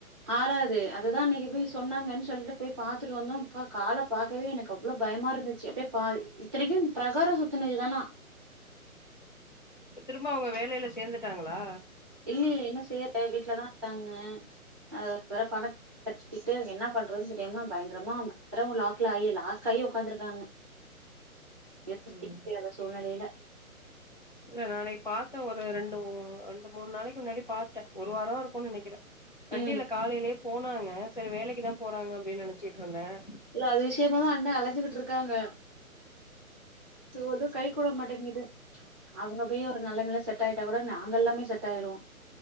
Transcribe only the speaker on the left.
ப்ப திரும்ப அவுங்க வேலையில சேர்ந்துட்டாங்களா
ம்
இல்ல நா அன்னிக்கு பார்த்தேன் ஒரு ரெண்டு மூ ரெண்டு மூணு நாளைக்கு முன்னாடி பார்த்தேன் ஒரு வாரோ இருக்கும் நினைக்கிறேன் வண்டில்ல
காலையிலேயே போனாங்க சேரி வேலைக்கு தான் போறாங்க அப்டின்னு நினைச்சிட்டு இருந்தேன்